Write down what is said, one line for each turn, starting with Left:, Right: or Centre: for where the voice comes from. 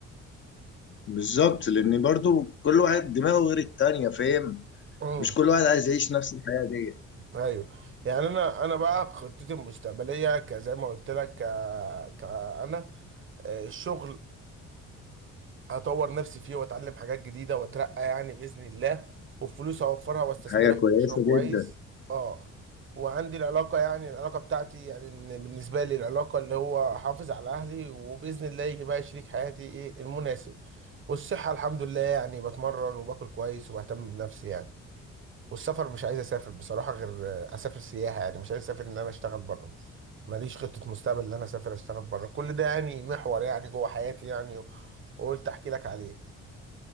Left: بالظبط لان برضو كل واحد دماغه غير التانية فاهم
Right: أمم.
Left: مش كل واحد عايز يعيش نفس الحياة دي
Right: ايوه يعني انا انا بقى خطتي المستقبليه كزي ما قلت لك ك... ك... انا آه، الشغل هطور نفسي فيه واتعلم حاجات جديده واترقى يعني باذن الله والفلوس اوفرها واستثمرها
Left: حاجة
Right: في
Left: كويسة
Right: مشروع كويس
Left: جدا
Right: اه وعندي العلاقه يعني العلاقه بتاعتي يعني إن بالنسبه لي العلاقه اللي هو احافظ على اهلي وباذن الله يجي بقى شريك حياتي ايه المناسب والصحه الحمد لله يعني بتمرن وباكل كويس وبهتم بنفسي يعني والسفر مش عايز اسافر بصراحه غير آه، اسافر سياحه يعني مش عايز اسافر ان انا اشتغل بره ماليش خطه مستقبل ان انا اسافر اشتغل بره كل ده يعني محور يعني جوه حياتي يعني وقلت احكي لك عليه